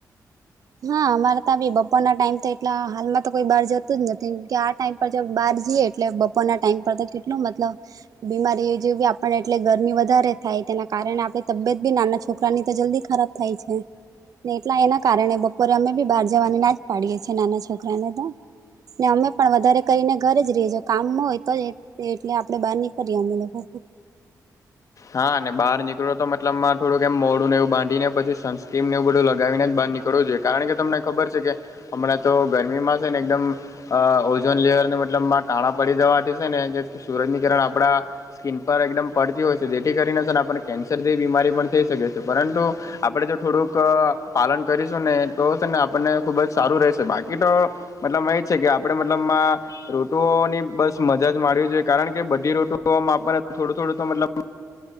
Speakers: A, on the right; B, on the left.
A: હા અમારે તા બી બપોર ના ટાઈમ તો એટલા હાલમાં તો કોઈ બહાર જતું જ નથી કે આ ટાઈમ પર જબ બહાર જઈએ એટલે બપોરના ટાઈમ પર તો કેટલું મતલબ બીમારી જેવી આપને એટલે ગરમી વધારે થાય તેના કારણે આપણેે તબિયત બી નાના છોકરાની તો જલ્દી ખરાબ થાય છે ને એટલા એના કારણે બપ બપોરે અમે બી બાર જવાની ના જ પાડીએ છીએ નાના છોકરાને તો. ને અમે પણ વધારે કરીને ઘરે જ રહીજ કામમાં હોય તો જ. એટલે આપડે બહાર નીકરીએ અમે લોકો.
B: હા ને બાર નીકળો તો મતલબમાં થોડું કેમ મોડું નેવું બાંધીને પછી સનસ્ક્રીમ નેવું બધું લગીને બહાર નીકળ નીકળવું જોઈએ કારણ કે તમને ખબર છે કે હમણાં તો ગરમીમાં છે ને એકદમ અ ઓઝોન લેયરને મતલબ માં કાણા પડી દેવાથી છે ને સુરજની કિરણ આપડા સ્કીિન પર એકદમ પડતી હોય છે જેથી કરીને સર આપને કેન્સર જેવી બીમારી પણ થઈ શકે છે પરંતુ આપડે જો થોડુંક પાલન કરીશું ને તો છે ને આપણને ખુબ જ સારું રહેશે બાકી તો. મતલબ એ છે કે આપડે મતલબમાં. ઋતુઓની બસ મજા જ માડવી જોઈએ કારણ કે બધી રોટુઓમાં આપણને થોડું થોડું તો મતલબ.